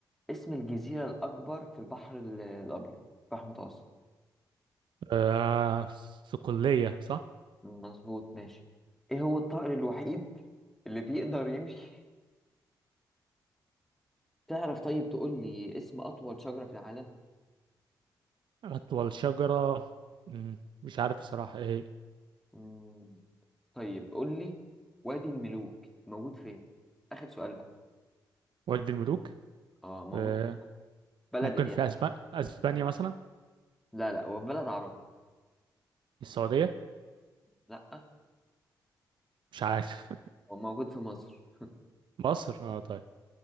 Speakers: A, in the centre; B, on the right.
A: اسم الجزيرة الأكبر في البحر ال- الأبيض البحر المتوسط
B: آه صقلية صح
A: مظبوط ماشي إيه هو الطائر الوحيد اللي بيقدر يمشي تعرف طيب تقول لي اسم أطول شجرة في العالم؟
B: أطول شجرة مم، مش عارف بصراحة إيه
A: مم. طيب قول لي وادي الملوك موجود فين؟ آخر سؤال بقى
B: وادي الملوك
A: اه موجود
B: آه
A: في بلد
B: ممكن
A: إيه
B: في
A: يعني؟
B: أسبانيا أسبانيا مثلا
A: لا لا هو في بلد عربي
B: السعودية
A: لا
B: مش عارف
A: هو موجود في مصر
B: <laughs> مصر اه طيب